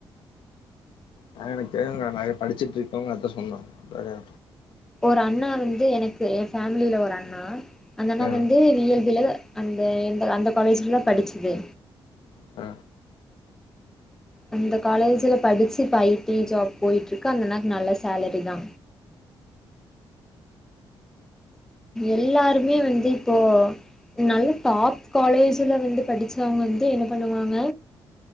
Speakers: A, on the left (about 75°); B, in the centre.
A: ஆ எனக்கு தெர்ல நா எ படுச்சுட் இருக்கவுங்க அத்த சொன்னா பெறகு
B: ஒரு அண்ணா வந்து எனக்கு எ ஃபேம்லீல ஒரு அண்ணா அந்த அண்ணா
A: ஆ
B: வந்து டி எல் பில அந்த எந்த அந்த காலேஜ்ல தா படுச்சது
A: அ
B: அந்த காலேஜுல படுச்சு இப்ப ஐ டி ஜாப் போயிட்ருக்கு அந்த அண்ணாக்கு நல்ல சாலரி தா எல்லாருமே வந்து இப்போ நல்ல டாப் காலேஜுல வந்து படுச்சவுங்க வந்து என்ன பண்ணுவாங்க